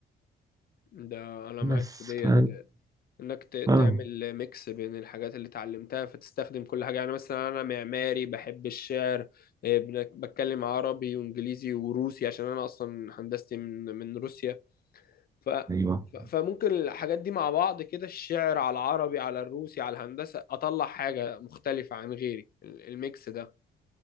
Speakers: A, on the left; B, on the right.
A: ده انا
B: بس
A: معاك في ديت
B: ف
A: انك ت-
B: اه
A: تعمل ميكس بين الحاجات اللي اتعلمتها فتستخدم كل حاجه يعني مثلا انا معماري بحب الشعر إيه، بنك- بتكلم عربي وانجليزي وروسي عشان انا اصلا هندستي من من روسيا ف
B: ايوه
A: ف- فممكن الحاجات دي مع بعض كده الشعر على العربي على الروسي على الهندسه اطلع حاجه مختلفه عن غيري ال- الميكس ده